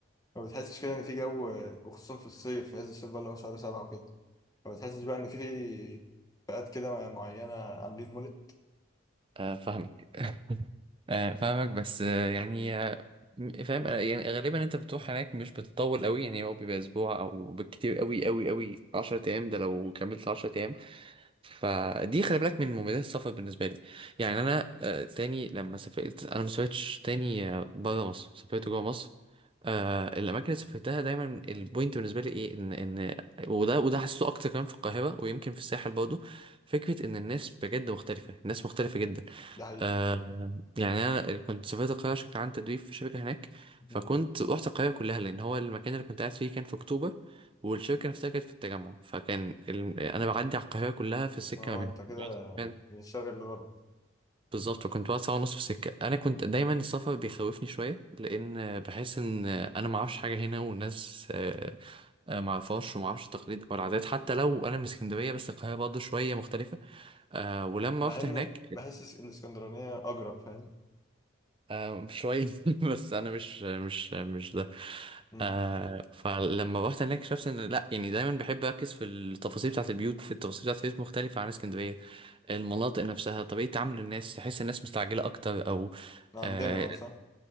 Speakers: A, on the left; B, on the right.
A: ما بتحسش كده ان في جو وخصوصا في الصيف في عز الصيف بقى اللي هو شهر سبعة وكده ما بتحسش بقى ان في في فئات كده معينة عاملين مولد
B: آه، فاهمك <laughs> آه، فاهمك بس آه، يعني آه، م- فاهم آه، يعني غالبا انت بتروح هناك مش بتطول قوي يعني هو بيبقى اسبوع او بالكتير قوي قوي قوي 10 ايام ده لو كملت 10 ايام فدي خلي بالك من مميزات السفر بالنسبه لي يعني انا آه، تاني لما سافرت انا ما سافرتش تاني بره مصر سافرت
A: مم.
B: جوه مصر آه الاماكن اللي سافرتها دايما البوينت بالنسبه لي ايه ان ان وده وده حسيته اكتر كمان في القاهره ويمكن في الساحل برضو فكره ان الناس بجد مختلفه الناس مختلفه جدا
A: ده حقيقي
B: آه يعني انا كنت سافرت القاهره عشان كان عندي تدريب في شركه هناك فكنت
A: مم.
B: رحت القاهره كلها لان هو المكان اللي كنت قاعد فيه كان في اكتوبر والشركة نفسها كانت في التجمع فكان ال... أنا بعدي على القاهرة كلها في السكة
A: اه
B: ما بينهم
A: انت كده
B: كان-
A: من الشرق للغرب
B: بالظبط كنت بقعد ساعة ونص في السكة أنا كنت
A: مم.
B: دايما السفر بيخوفني شوية لأن بحس إن أنا معرفش حاجة هنا والناس آه، آه، معرفهاش ومعرفش التقاليد أو العادات حتى لو أنا من اسكندرية بس القاهرة برضه شوية مختلفة آه، ولما
A: مع
B: رحت
A: ان
B: هناك
A: بحس الاسكندرانية اجرأ فاهم
B: آه شوية <laughs> بس أنا مش مش مش ده
A: مم.
B: آه فلما رحت هناك اكتشفت إن لأ يعني دايما بحب أركز في التفاصيل بتاعة البيوت في التفاصيل بتاعة البيوت مختلفة عن اسكندرية المناطق نفسها طريقة تعامل الناس تحس الناس مستعجلة أكتر أو
A: عندنا
B: آه,
A: اه صح